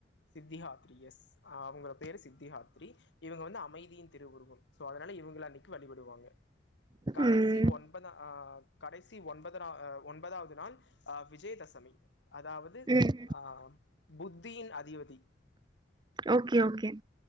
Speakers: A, on the left; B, on the right.
A: சித்தி ஹாத்ரி எஸ் அவுங்க பேரு சித்தி ஹாத்ரி இவுங்க வந்து அமைதியின் திருவுருவம் சோ அதனால இவுங்கள அன்னைக்கு வழி படுவாங்க கடைசி
B: ம்.
A: ஒன்பதா ஆ கடைசி ஒன்பதரா அ ஒன்பதாவது நான் அ விஜயதசமி அதாவது
B: ம்.
A: ஆ புத்தியின் அதிபதி
B: ஓகே ஓகே